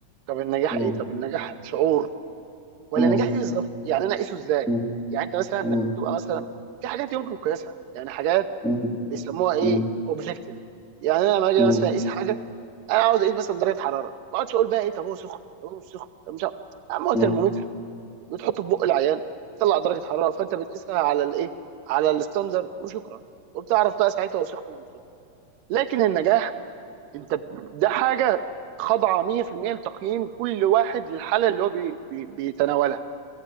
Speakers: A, on the right; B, in the centre.
A: طب النجاح
B: م- م-
A: ايه طب النجاح شعور ولا
B: م-
A: النجاح ايه بالظبط يعني انا اقيسه ازاي
B: م-
A: يعني انت مثلا
B: م-
A: لما بتبقى مثلا في حاجات يمكن قياسها يعني حاجات
B: م- م-
A: بيسموها ايه
B: م- م- م-
A: اوبجكتيف يعني انا لما اجي
B: م- م-
A: مثلا اقيس حاجه انا عاوز اقيس مثلا درجه حراره ما اقعدش اقول بقى ايه طب هو سخن طب هو مش سخن طب مش عارف. يا عم هو
B: م-
A: ترمومتر
B: م-
A: بتحطه في بق العيان تطلع درجه حراره فانت بتقيسها على الايه على الستاندرد وشكرا وبتعرف بقى ساعتها هو سخن ولا مش سخن لكن النجاح انت ب- ده حاجه خاضعه 100% لتقييم كل واحد للحاله اللي هو بي بي بيتناولها